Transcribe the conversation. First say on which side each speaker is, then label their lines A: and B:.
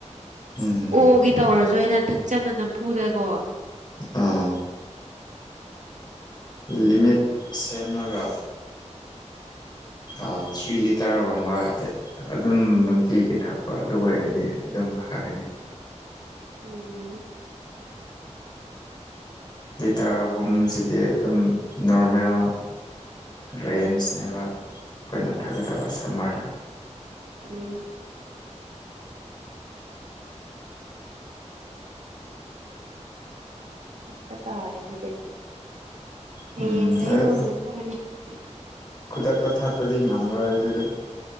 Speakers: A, on the left; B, on the right.
A: ꯎꯝ
B: ꯑꯣꯒꯤ ꯇꯧꯔꯁꯨ ꯑꯩꯅ ꯊꯛꯆꯕ ꯅꯝꯐꯨꯗꯀꯣ
A: ꯑꯥ ꯂꯤꯃꯤꯠ ꯁꯦꯝꯂꯒ ꯊꯔ꯭ꯤ ꯂꯤꯇꯔꯒꯨꯝꯝꯕ ꯑꯗꯨꯝ ꯅꯨꯡꯇꯤꯒꯤ ꯊꯛꯄ ꯑꯗꯨ ꯑꯣꯏꯔꯗꯤ ꯑꯗꯨꯝ ꯐꯒꯅꯤ
B: ꯎꯝ
A: ꯂꯤꯇꯔ ꯑꯍꯨꯝꯁꯤꯗꯤ ꯑꯗꯨꯝ ꯅꯣꯔꯃꯦꯜ ꯔꯦꯟꯁꯅꯦꯕ ꯑꯩꯈꯣꯏꯅ
B: ꯎꯝ
A: ꯊꯥꯒꯗꯕ ꯁꯝꯃꯔꯗ
B: ꯎꯝ ꯄꯇꯥꯔꯦ ꯑꯗꯨ
A: ꯎꯝ
B: ꯍꯧꯅ
A: ꯑꯗꯨ
B: <unintelligible> <inaudible>
A: ꯈꯨꯗꯛꯇ ꯊꯥꯛꯄꯗꯤ ꯉꯝꯃꯔꯣꯏ ꯑꯗꯨꯗ